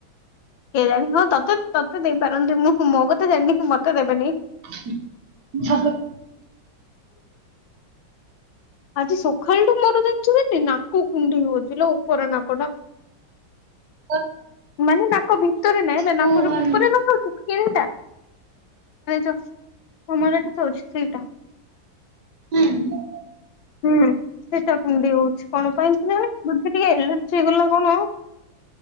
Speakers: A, on the left (about 75°); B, on the right (about 60°).
A: କେଜାଣି ହଁ ତତେ-ତତେ ଦେଇପାରନ୍ତି। ମୁଁ ମୋ କଥା ଜାଣିନି। ମତେ ଦେବେନି।
B: <unintelligible>
A: ଆଜି ସକାଳଠୁ ମୋର ଜାଣିଛୁ ଖାଲି ନାକ କୁଣ୍ଡେଇ ହଉଚିଲୋ ଉପର ନାକ ଟା।
B: ତ
A: ମାନେ ନାକ ଭିତରେ ନାହିଁ ହେଲା
B: ମୁଁ
A: ନାକ
B: ହଁ
A: ଉପରେ <unintelligible> ମାନେ ଯ ସମମର <unintelligible> ସେଇଟା।
B: ହୁଁ ହୁଁ।
A: ହୁଁ ସେଟା କୁଣ୍ଡେଇ ହଉଛି। କଣ ପାଇଁ ଥିଲେ ବଧେ ଟିକେ ଏଲର୍ଜି ହେଇଗଲା କଣ?